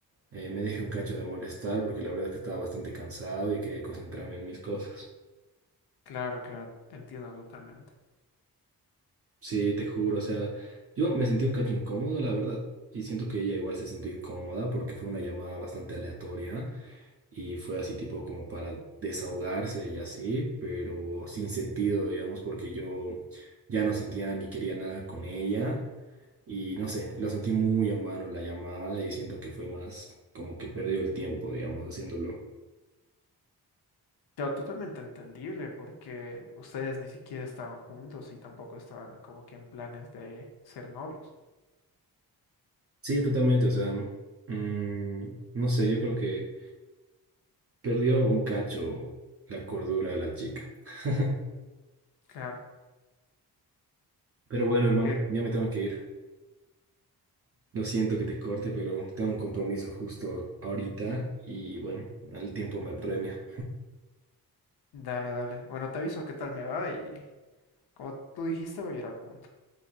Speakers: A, on the right; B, on the left.
A: eh, me deje un cacho de molestar, porque la verdad es que estaba bastante cansado y quería concentrarme en mis cosas.
B: Claro, claro, te entiendo totalmente.
A: Sí, te juro, o sea, yo me sentí un cacho incómodo, la verdad, y siento que ella igual se sintió incómoda porque fue una llamada bastante aleatoria. y fue así tipo como para desahogarse y así, pero sin sentido, digamos, porque yo ya no sentía ni quería nada con ella y no sé, lo sentí muy en vano la llamada y siento que fue más como que perdió el tiempo, digamos, haciéndolo.
B: Claro, totalmente entendible porque ustedes ni siquiera estaban juntos y tampoco estaban como que en planes de ser novios.
A: Sí, totalmente, o sea, mm, no sé, yo creo que perdió un cacho la cordura de la chica. <laughs>
B: Claro.
A: Pero bueno, hermano,
B: Pero,
A: ya me tengo que ir. Lo siento que te corte, pero tengo un compromiso justo ahorita y bueno, el tiempo me apremia.
B: dale, dale. Bueno, te aviso qué tal me va y como tú dijiste, voy a ir al punto.